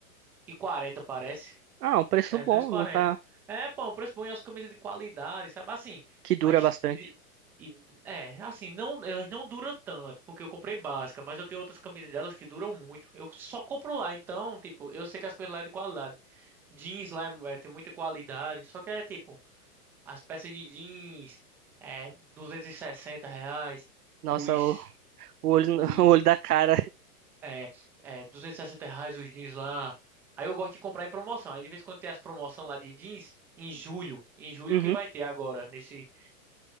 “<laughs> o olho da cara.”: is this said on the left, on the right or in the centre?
Right